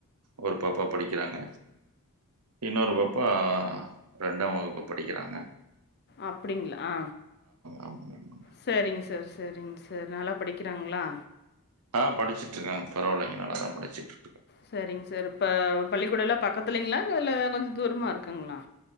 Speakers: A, on the right; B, on the left.
A: ஒரு பாப்பா படிக்கறாங்க. இன்னொரு பாப்பா ரண்டாம் வகுப்பு படிக்கறாங்க.
B: அப்டிங்களா
A: ஆமாங்க, ஆமாங்க.
B: செரிங் சா ர் செரிங் சார் நல்லா படிக்கறாங்ளா?
A: ஆ படிச்சுட்ருக்காங்க பரவாலங்க நல்லாதா படிச்சிட்ரு
B: சரிங் சார் இப்ப பள்ளிக்கூடல்லா பக்கத்துலைங்ளா இல்ல கொஞ்ச தூரமா இருக்குங்ளா?